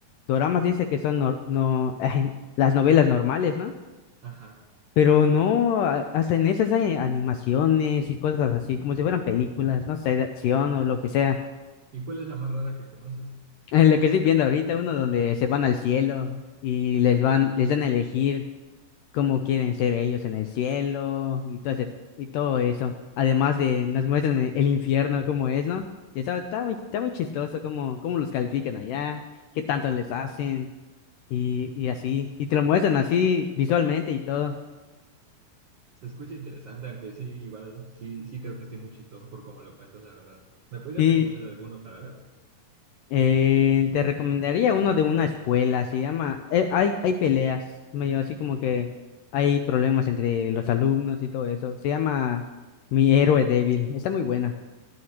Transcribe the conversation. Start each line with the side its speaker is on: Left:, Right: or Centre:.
Left: doramas dice que son nor- no, <laughs> las novelas normales, ¿no?
Right: Ajá.
Left: Pero no, a- hasta en esas hay animaciones y cosas así, como si fueran películas, no sé, de acción o lo que sea.
Right: ¿Y cuál es la más rara que conoces?
Left: <laughs> Lo que estoy viendo ahorita, uno donde se van al cielo y les van, les dan a elegir cómo quieren ser ellos en el cielo y todo ese- y todo eso. Además de nos muestran e- el infierno cómo es, ¿no? Y está, está muy, está muy chistoso cómo, cómo los califican allá, qué tanto les hacen y, y así. Y te lo muestran así visualmente y todo.
Right: Se escucha interesante, aunque sí, igual, sí, sí creo que esté muy chistoso por cómo lo cuentas, la verdad. ¿Me podrías
Left: Sí,
Right: recomendar alguno para ver?
Left: eh, te recomendaría uno de una escuela, se llama, eh, hay, hay peleas, medio así como que hay problemas entre los alumnos y todo eso. Se llama Mi Héroe Débil, está muy buena.